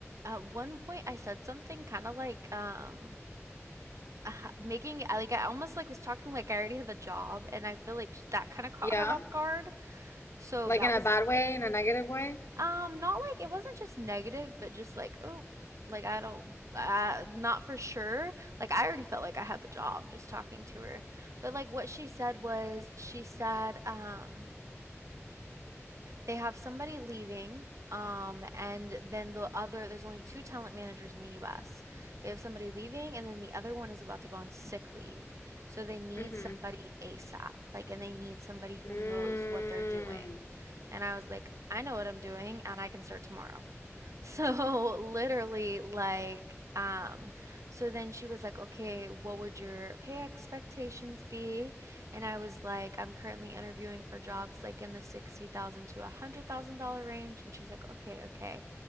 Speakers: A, on the right; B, on the left.
A: at one point, I said something kind of like um, <laughs> making like I almost like was talking like I already had the job, and I feel like sh- that kind of caught
B: Yeah,
A: her off guard. So
B: like
A: that
B: in a
A: was
B: bad way, in a negative way.
A: um, not like it wasn't just negative, but just like oh, like I don't, uh, not for sure. Like I already felt like I had the job just talking to her, but like what she said was she said um. they have somebody leaving, um, and then the other, there's only two talent managers in the US. They have somebody leaving, and then the other one is about to go on sick leave. So they need
B: Mm-hmm.
A: somebody ASAP, like, and they need somebody who
B: Mm.
A: knows what they're doing. And I was like, I know what I'm doing, and I can start tomorrow. So <laughs> literally like um so then she was like, "Okay, what would your pay expectations be?" And I was like, "I'm currently interviewing for jobs like in the 60,000 to a $100,000 range." And she's like, "Okay, okay."